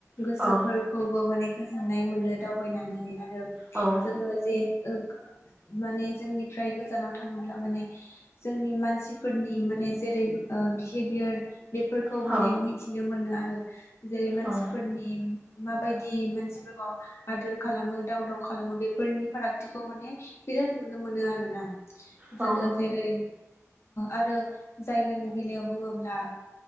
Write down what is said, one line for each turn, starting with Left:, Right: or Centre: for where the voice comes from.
Left: गोसोफोरखौबो
Right: औ
Left: माने गोजोननाय मोनो दावबायनानै। आरो
Right: औ
Left: जोङो जे ओ। माने जोंनिफ्राय गोजानाव थाङोब्ला माने जोंनि मानसिफोरनि माने जेरै बिहेभियार। बेफोरखौ
Right: औ
Left: माने मिथिनो मोनो आरो। <inaudible> जे मानसिफोरनि।
Right: औ
Left: माबायदि मानसिफोरखौ आदोर खालामो दाव दाव खालामो बेफोरनि फारागथिखौ माने। बिराद नुनो मोनो आरो ना।
Right: औ
Left: जोङो जेरै। आरो जायगानि बेलायाव बुङोब्ला